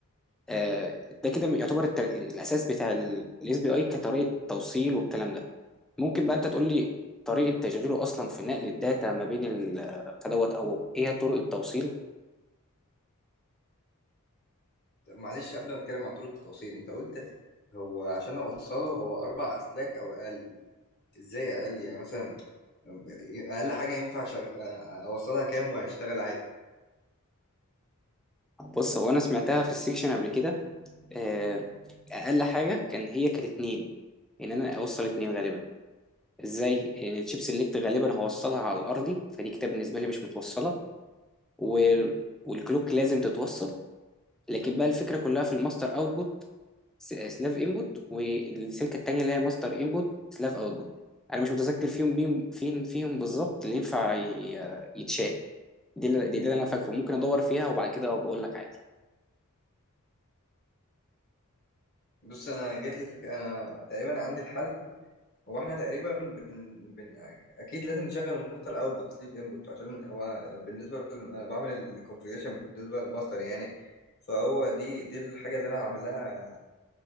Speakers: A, in the centre; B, on the left.
A: آه، ده كده يعتبر التر... الاساس بتاع الاس بي اي كطريقه توصيل والكلام ده ممكن بقى انت تقول لي طريقه تشغيله اصلا في نقل الداتا ما بين ال- فدوت او ايه طرق التوصيل
B: طب معلش قبل ما اتكلم عن طول التوصيل انت قلت هو عشان اوصله هو اربع اسلاك او اقل ازاي اقل يعني مثلا اقل حاجه ينفع شغ... اوصلها كام وهيشتغل عادي
A: بص هو انا سمعتها في السيكشن قبل كده آه، اقل حاجه كان هي كانت اتنين ان انا اوصل اتنين غالبا ازاي ان الشيب سيلكت غالبا هوصلها على الارضي فدي كده بالنسبه لي مش متوصله و... والكلوك لازم تتوصل لكن بقى الفكره كلها في الماستر اوتبوت سلاف انبوت والسلكه التانيه اللي هي ماستر انبوت سلاف اوتبوت انا مش متذكر فيهم مين فين فيهم بالظبط اللي ينفع ي- يتشال دي اللي, دي اللي انا فاكره ممكن ادور فيها وبعد كده بقول لك عادي
B: بص انا جات لي فك... انا تقريبا عندي الحل هو احنا تقريبا بن... بن... اكيد لازم نشغل الماستر اوتبوت سليف انبوت عشان هو بالنسبه ل... انا بعمل الكونفيجريشن بالنسبه للماستر يعني فهو دي دي الحاجه اللي انا هعمل لها